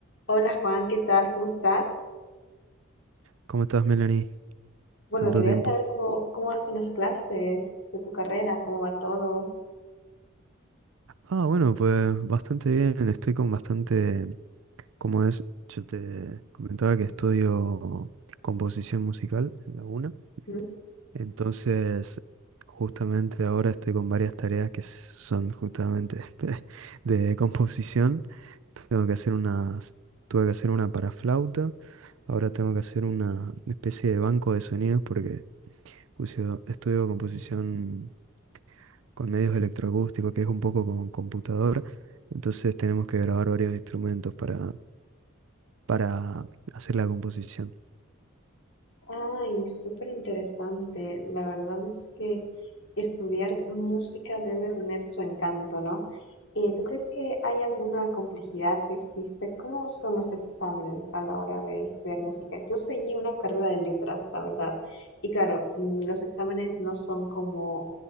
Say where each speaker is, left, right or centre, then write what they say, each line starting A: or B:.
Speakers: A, on the left; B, on the right.
A: Hola Juan, ¿qué tal? ¿Cómo estás?
B: ¿Cómo estás, Melanie?
A: Bueno,
B: Tanto
A: quería
B: tiempo.
A: saber cómo, cómo vas con las clases de tu carrera, cómo va todo.
B: Ah, bueno, pues bastante bien. Estoy con bastante, como es, yo te comentaba que estudio composición musical en la UNA.
A: ¿Mm?
B: Entonces, justamente ahora estoy con varias tareas que son justamente <laughs> de composición. Tengo que hacer unas, tuve que hacer una para flauta. Ahora tengo que hacer una especie de banco de sonidos porque Estudio, estudio composición con medios electroacústicos, que es un poco con computadora. Entonces tenemos que grabar varios instrumentos para, para hacer la composición.
A: Ay, súper interesante. La verdad es que estudiar música debe tener su encanto, ¿no? Eh, ¿tú crees que hay alguna complejidad que existe? ¿Cómo son los exámenes a la hora de estudiar música? Yo seguí una carrera de letras, la verdad. Y claro, mm, los exámenes no son como